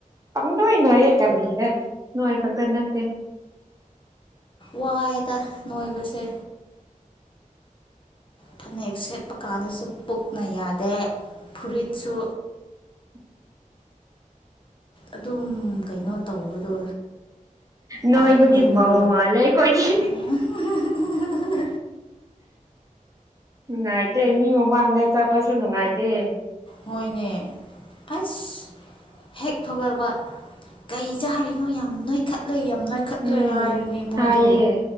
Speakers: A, on the right; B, on the left.
A: ꯄꯪꯅꯣꯏ ꯅꯣꯢꯌꯦ ꯀꯔꯤꯒꯤꯔ ꯅꯣꯢꯕꯇ ꯅꯠꯇꯦ
B: ꯋꯥꯏꯌꯦꯗ ꯅꯣꯏꯕꯁꯦ ꯐꯅꯦꯛ ꯁꯦꯠꯄ ꯀꯥꯟꯗꯁꯨ ꯄꯨꯛꯅ ꯌꯥꯗꯦ ꯐꯨꯔꯤꯠꯁꯨ
A: <inaudible>
B: ꯑꯗꯨꯝ ꯀꯩꯅꯣ ꯇꯧꯕꯗꯣ
A: ꯅꯣꯏꯕꯒꯤ
B: ꯇꯥꯏꯠ ꯑꯣꯏꯕꯗꯣ
A: ꯃꯧ ꯃꯥꯜꯂꯦ ꯑꯩꯈꯣꯏꯒꯤ
B: ꯎꯝ ꯍꯨ ꯍꯨ ꯍꯨꯍꯨ
A: ꯅꯨꯡꯉꯥꯏꯇꯦ ꯃꯤ ꯃꯃꯥꯡꯗ ꯆꯠꯄꯁꯨ ꯅꯨꯡꯉꯥꯏꯇꯦ
B: ꯍꯣꯏꯅꯦ ꯑꯁ ꯍꯦꯛ ꯊꯣꯛꯂꯛꯄ ꯀꯩ ꯆꯥꯔꯤꯅꯣ ꯌꯥꯝ ꯅꯣꯏꯈꯠꯂꯣꯏ ꯅꯩꯈꯠꯂꯦ
A: ꯎꯝ
B: ꯍꯥꯏꯔꯤꯅꯤ ꯃꯣꯏꯗꯣ
A: ꯍꯥꯏꯌꯦ